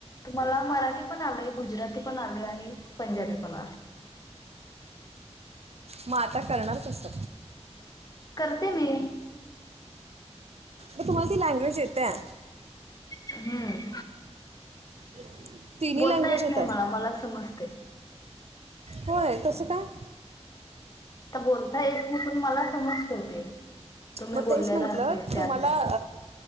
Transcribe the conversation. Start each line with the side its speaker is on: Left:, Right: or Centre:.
Left: तुम्हाला मराठी पण आलय, गुजराती पण आलय, आहे पंजाबी पण आलय.
Right: मग आता करणार कस?
Left: करते मी
Right: मग तुम्हाला ती लँग्वेज येतिया.
Left: हम्म
Right: <inaudible> तिन्ही
Left: बोलता
Right: लँग्वेज
Left: येत
Right: येतात
Left: नाही मला मला समजतय.
Right: होय कसं काय?
Left: तर बोलता येत नाय पण मला समजत ते तुम्ही
Right: मग
Left: बोललेला
Right: तेच म्हटलं
Left: असेल त्या
Right: तुम्हाला
Left: लँग्वेज